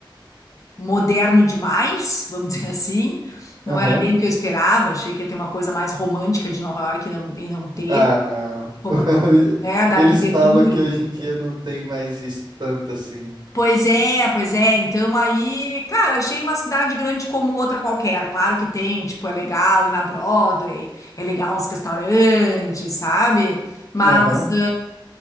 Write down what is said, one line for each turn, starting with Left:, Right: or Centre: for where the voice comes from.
Left: moderno demais, vamos <laughs> dizer assim. Não
Right: aham.
Left: era bem o que eu esperava, achei que ia ter uma coisa mais romântica de Nova York e não, e não teve,
Right: Ah, não.
Left: como,
Right: <laughs>
Left: né, da
Right: Eles
Left: arquitetura.
Right: falam que hoje em dia não tem mais isso tanto assim.
Left: Pois é, pois é. Então aí, cara, achei uma cidade grande como outra qualquer. Claro que tem, tipo, é legal ir na Broadway, é legal uns restaurantes, sabe? Mas
Right: Aham.